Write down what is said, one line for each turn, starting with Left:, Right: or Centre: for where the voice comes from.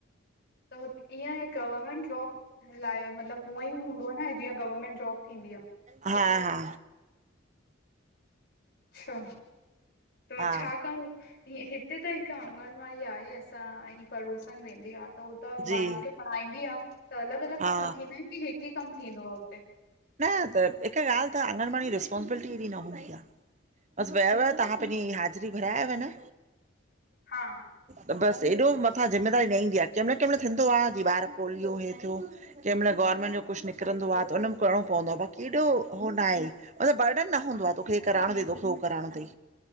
Left: त हु ईअं गवर्मेंट जॉब लाइ, मतलबु हूअं ई हूंदो आहे न जीअं गवर्मेंंट जॉब थींदी आ।
Right: हा हा
Left: अच्छा त
Right: हा
Left: छा कम ईअ हिते त हिकु आंगनवाड़ी आहे, असांजी पड़ोसन वेंदी आ त हो त
Right: जी
Left: ॿारनि खे पढ़ाईंदी आ, त अलॻि अलॻि
Right: हा
Left: कम थींदा आहिनि कि हिकु ही कमु थींदो आ हुते?
Right: न त हिकु ॻाल्हि त अंगन वाणी रिस्पोंसिबिलिटी हेएॾी न हूंदी आ। बसि वयव तव्हां पंहिंजी हाज़िरी भरायव न
Left: हा
Right: त बसि एॾो मथां ज़िमेदारी न ईंदी आ। कंहिं महिल कंहिं महिल थींदो आ जिअ ॿार पोलियो हेीअ थियो कंहिं महिल गवर्नमेंट जो कुझु निकिरंदो त उन म करणो पवंदो आ, बकी एॾो हो ना आहे मतिलबु बर्डन न हूंदो आ, तोखे हे कराइणो अथई, तोखे हू कराइणो अथई।